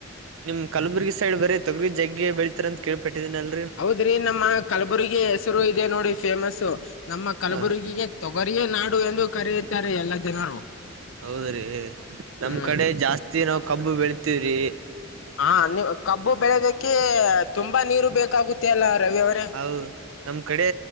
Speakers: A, on the right; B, on the left.
A: ನಿಮ್ ಕಲಬುರ್ಗಿ ಸೈಡ್ ಬರೆ ತೊಗರಿ ಜಗ್ಗಿ ಬೆಳಿತಾರೆ ಅಂತ ಕೇಳ್ಪಟ್ಟಿದಿನಲ್
B: ಹೌದ್ರಿ ನಮ್ಮ ಕಲಬುರ್ಗಿ ಹೆಸರು ಇದೆ ನೋಡಿ ಫೇಮಸ್ ನಮ್ಮ ಕಲಬುರ್ಗಿಗೆ
A: ಹ
B: ತೊಗರಿಯ ನಾಡು ಎಂದು ಕರೆಯುತ್ತಾರೆ ಎಲ್ಲಾ ಜನರು.
A: ಹೌದ್ರಿ ನಮ್
B: ಹ್ಮ್
A: ಕಡೆ ಜಾಸ್ತಿ ನಾವ್ ಕಬ್ಬು ಬೆಳತವ್ರಿ.
B: ಹಾ ನೀ ಕಬ್ಬು ಬೆಳೆದಕ್ಕೆ ತುಂಬಾ ನೀರು ಬೇಕಾಗುತ್ತೆ ಅಲ್ಲ ರವಿ ಅವರ.
A: ಹ್ಮ ನಮ್ ಕಡೆ